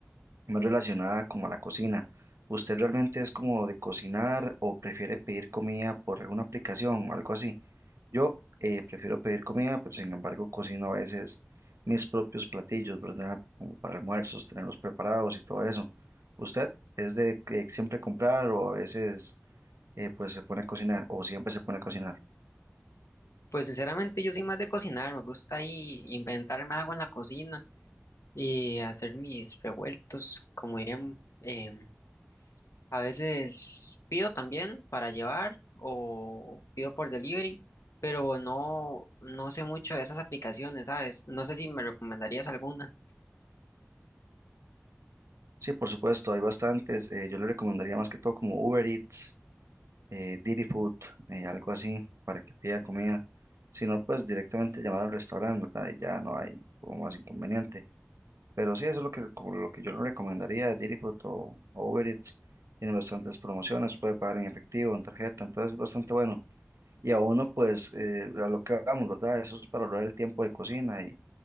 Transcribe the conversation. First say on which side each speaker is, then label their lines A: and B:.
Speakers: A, on the right; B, on the left.
A: no relacionada como a la cocina. ¿Usted realmente es como de cocinar o prefiere pedir comida por alguna aplicación o algo así? Yo eh, prefiero pedir comida, pero sin embargo cocino a veces mis propios platillos, ¿verdad? Como para almuerzos, tenerlos preparados y todo eso. ¿Usted es de que siempre comprar o a veces eh, pues se pone a cocinar o siempre se pone a cocinar?
B: Pues sinceramente yo soy más de cocinar, me gusta ahí inventarme algo en la cocina y hacer mis revueltos, como dirían, em, a veces pido también para llevar o pido por delivery, pero no, no sé mucho de esas aplicaciones, ¿sabes? No sé si me recomendarías alguna.
A: Sí, por supuesto, hay bastantes. eh, yo le recomendaría más que todo como Uber Eats eh, Didi Food, eh, algo así, para que pida comida. Si no, pues directamente llamar al restaurante, ¿verdad? Y ya no hay como más inconveniente. Pero sí, eso es lo que, como lo que yo le recomendaría, Didi Food o, o Uber Eats. Tiene bastantes promociones, puede pagar en efectivo, en tarjeta, entonces es bastante bueno. Y a uno, pues, eh, a lo que hagamos, ¿verdad? Eso es para ahorrar el tiempo de cocina y